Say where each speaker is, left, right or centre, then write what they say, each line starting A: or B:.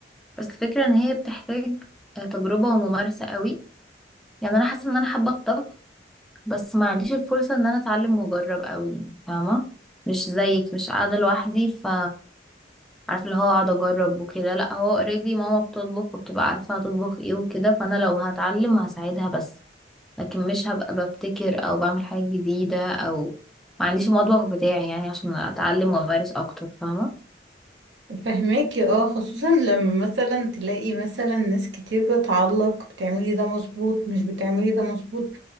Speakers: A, in the centre; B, on the right.
A: بس الفكرة ان هي بتحتاج آه، تجربة وممارسة قوي يعني انا حاسة ان انا حابة الطبخ بس ما عنديش الفرصة ان انا اتعلم واجرب قوي يعني فاهمة مش زيك مش قاعدة لوحدي ف عارفه اللي هو اقعد اجرب وكده لا هو اوريدي ماما بتطبخ وبتبقى عارفه هتطبخ ايه وكده فانا لو هتعلم هساعدها بس لكن مش هبقى ببتكر او بعمل حاجه جديده او ما عنديش المطبخ بتاعي يعني عشان اتعلم وامارس اكتر فاهمه
B: فهماكي اه خصوصا لما مثلا تلاقي مثلا ناس كتير بتعلق بتعملي ده مظبوط مش بتعملي ده مظبوط